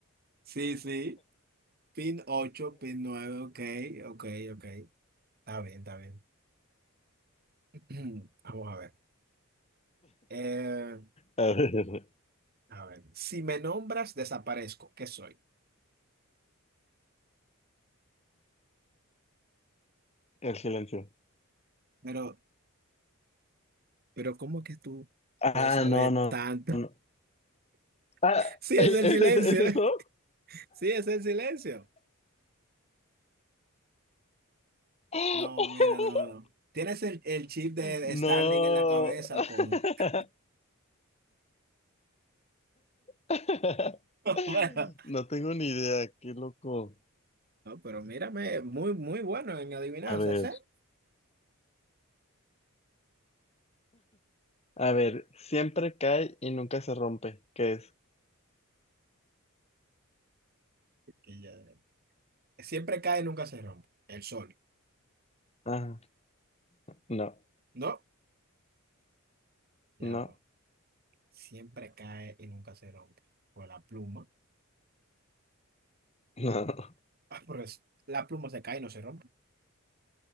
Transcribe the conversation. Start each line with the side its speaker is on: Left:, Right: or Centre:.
Right: Sí, sí. Pin 8, pin 9, ok, ok, ok. Está bien, está bien. <clears throat> Vamos a ver. Eh,
Left: ver,
Right: a ver. Si me nombras, desaparezco. ¿Qué soy?
Left: el silencio.
Right: Pero, pero ¿cómo que tú
Left: Ah,
Right: puedes saber
Left: no, no,
Right: tanto?
Left: no. Ah,
Right: <laughs> Sí,
Left: ¿es,
Right: es el silencio.
Left: es- es eso?
Right: <laughs> Sí, es el silencio.
Left: <laughs>
Right: No, mira, no, no. ¿Tienes el, el chip de
Left: No.
Right: Starling en la cabeza
Left: <laughs>
Right: o cómo? <laughs>
Left: <laughs>
Right: Bueno,
Left: No tengo ni idea, qué loco.
Right: no, pero mírame, muy, muy bueno en adivinanzas,
Left: A ver,
Right: ¿eh?
Left: a ver, siempre cae y nunca se rompe. ¿Qué es?
Right: Que ya- Siempre cae y nunca se rompe. El sol,
Left: Ah, no,
Right: ¿no? Ya
Left: no,
Right: va. Siempre cae y nunca se rompe. Pues la pluma.
Left: <laughs> no.
Right: Ah, pero es- la pluma se cae y no se rompe.